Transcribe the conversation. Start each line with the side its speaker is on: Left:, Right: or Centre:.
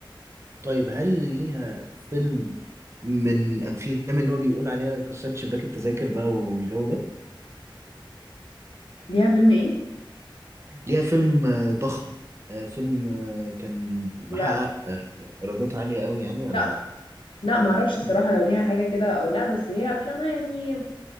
Right: طيب هل ليها فيلم من أفلام اللي هو بيقول عليها كسرت شباك التذاكر بقى والجو ده
Left: ليها فيلم ايه
Right: ليها فيلم آه، ضخم آه، فيلم آه، كان
Left: لا
Right: محقق آه، إيرادات عالية قوي يعني ولا
Left: لا
Right: لأ
Left: لا ما اعرفش الصراحه لو ليها حاجه كده او لا بس هي افلامها يعني